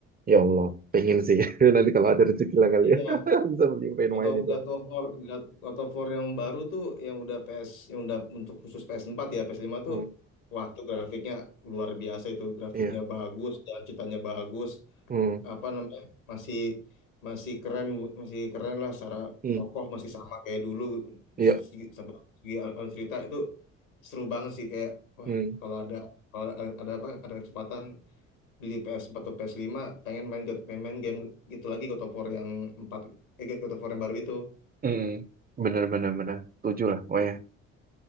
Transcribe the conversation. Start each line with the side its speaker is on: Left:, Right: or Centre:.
Right: Ya Allah, pengen sih. <laughs> Nanti kalau ada rezeki lah kali
Left: iya
Right: ya, <laughs> bisa beli pengen
Left: God
Right: main
Left: of,
Right: itu.
Left: God of War God, God of War yang baru tuh yang udah PS yang udah untuk khusus ps empat ya ps lima
Right: Hmm,
Left: tuh wah tuh grafiknya luar biasa itu grafiknya
Right: iya,
Left: bagus dan ceritanya bagus
Right: hmm,
Left: apa namanya masih masih keren masih keren lah secara
Right: hmm,
Left: tokoh masih sama kayak dulu
Right: iya,
Left: segi, sama- segi al- alur cerita itu seru banget sih kayak wah
Right: hmm.
Left: kalau ada kalau ada, ada apa ada kesempatan beli PS4 atau PS5 pengen main God- pengen main game gitu lagi God of War yang 4, eh God of War yang baru itu.
Right: Mm, bener bener bener tujuh lah oh ya